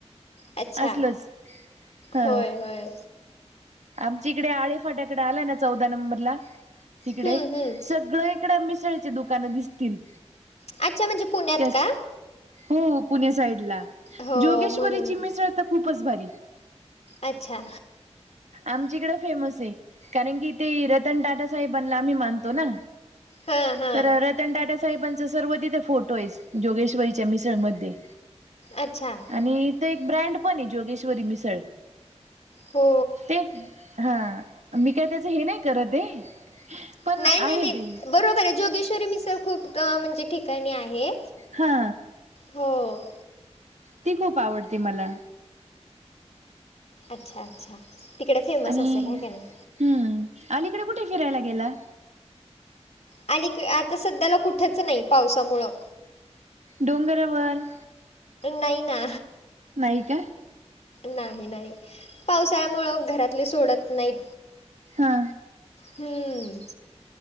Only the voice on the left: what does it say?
अच्छा
होय होय
हम्म
हम्म
अच्छा म्हणजे पुण्यात
का?
हो
म्हणून
अच्छा,
हां हां
अच्छा,
हो
नाही
नाही नाही,
बरोबर आहे. जोगेश्वरी मिसळ खूप म्हणजे ठिकाणी आहे.
हो,
अच्छा अच्छा, तिकडे फेमस
असेल आहे का नाही?
अली आ आणि आता सध्याला कुठेच नाही पावसामुळं.
नाहीय ना,
नाही नाही, पावसाळ्यामुळं घरातले सोडत नाहीत.
हम्म,